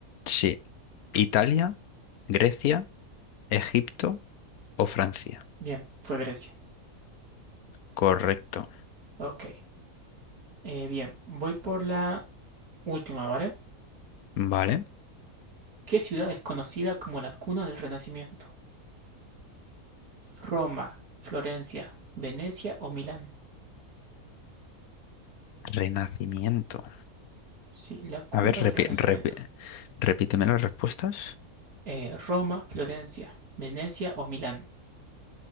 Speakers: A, on the left; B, on the right.
A: Sí. Italia, Grecia, Egipto o Francia.
B: Bien, fue Grecia.
A: Correcto.
B: Ok. eh, bien, voy por la última, ¿vale?
A: Vale.
B: ¿Qué ciudad es conocida como la cuna del Renacimiento? ¿Roma, Florencia, Venecia o Milán?
A: Renacimiento.
B: Sí, la cuna
A: A ver,
B: del
A: repi-
B: Renacimiento.
A: repi- repíteme las respuestas.
B: Eh, Roma, Florencia, Venecia o Milán.